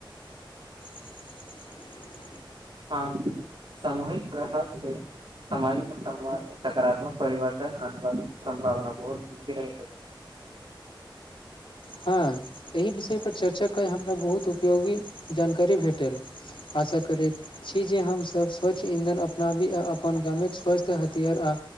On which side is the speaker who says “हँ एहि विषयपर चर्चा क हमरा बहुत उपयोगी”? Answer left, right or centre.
Left